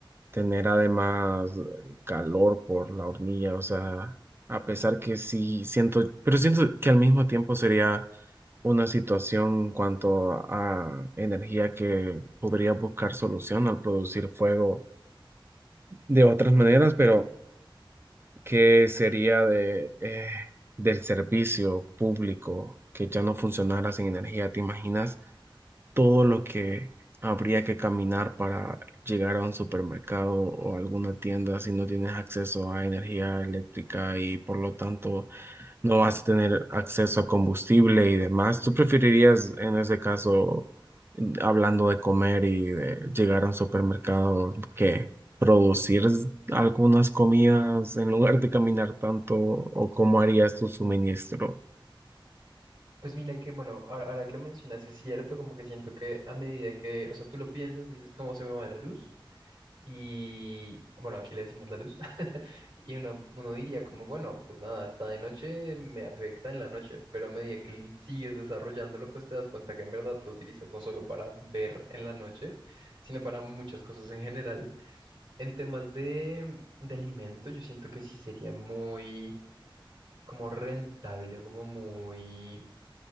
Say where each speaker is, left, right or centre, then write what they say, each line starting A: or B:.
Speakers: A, on the right; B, on the right.
A: tener además eh, calor por la hornilla, o sea, a pesar que sí siento, pero siento que al mismo tiempo sería una situación en cuanto a energía que podría buscar solución al producir fuego de otras maneras, pero ¿Qué sería de, eh, del servicio público que ya no funcionara sin energía? ¿Te imaginas todo lo que habría que caminar para llegar a un supermercado o alguna tienda si no tienes acceso a energía eléctrica y por lo tanto no vas a tener acceso a combustible y demás. ¿Tú preferirías, en ese caso, hablando de comer y de llegar a un supermercado, que producir algunas comidas en lugar de caminar tanto o cómo harías tu suministro?
B: Pues mira que, bueno, ahora, ahora que lo mencionas, es cierto, como que siento que a medida que, o sea, tú lo piensas, dices cómo se me va la luz y, bueno, aquí le decimos la luz <laughs> y uno, uno diría como, bueno, pues nada, está de noche, me afecta en la noche, pero a medida que l- sigues desarrollándolo, pues te das cuenta que en verdad lo utilizas no solo para ver en la noche, sino para muchas cosas en general. En temas de, de alimento, yo siento que sí sería muy como rentable, como muy,